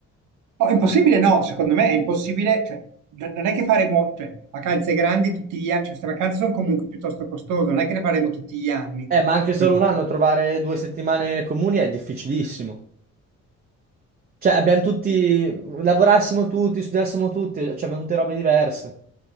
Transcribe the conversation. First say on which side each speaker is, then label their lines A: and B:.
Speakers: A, on the right (about 80°); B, on the right (about 30°).
A: No, è impossibile no, secondo me è impossibile, cioè, n- non è che faremo cioè, vacanze grandi tutti gli anni, cioè, queste vacanze sono comunque piuttosto costose, non è che le faremo tutti gli anni,
B: Eh, ma anche
A: per
B: solo
A: cui...
B: un anno trovare due settimane comuni è difficilissimo. Cioè abbiamo tutti, lavorassimo tutti, studiassimo tutti, cioè abbiamo tutte robe diverse.